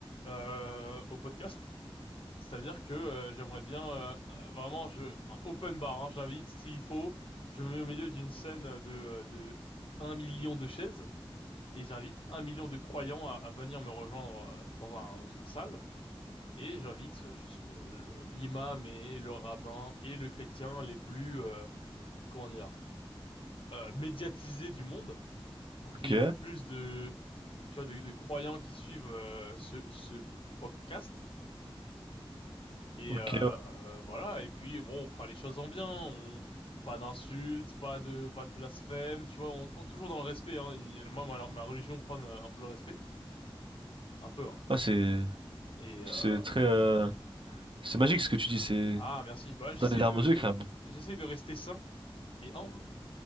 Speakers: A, on the left; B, on the right.
A: euh, au podcast. C'est-à-dire que euh, j'aimerais bien, euh, euh, vraiment, je, un open bar, hein, j'invite, s'il faut, je me mets au milieu d'une scène de, euh, de un million de chaises. Et j'invite un million de croyants à, à venir me rejoindre euh, dans un, dans une salle. Et j'invite euh, juste, euh, l'imam et le rabbin et le chrétien les plus, euh, comment dire, euh, médiatisés du monde pour qu'il
B: Ok,
A: y ait le plus de, tu vois, de, de croyants qui suivent euh, ce, ce podcast. Et
B: ok,
A: euh,
B: ouais.
A: voilà. Et puis, bon, on fera les choses en bien. On... Pas d'insultes, pas de, pas de blasphème, tu vois, on, on- toujours dans le respect. Hein. Il- moi, ma, ma religion prône euh, un peu le respect, un peu, hein.
B: Ah, c'est,
A: Et,
B: c'est
A: euh,
B: très, euh, c'est magique ce que tu dis, c'est
A: Ah, merci. Bah, j'essaie
B: dans les larmes
A: de,
B: aux yeux, carrément.
A: j'essaie de rester sain et humble,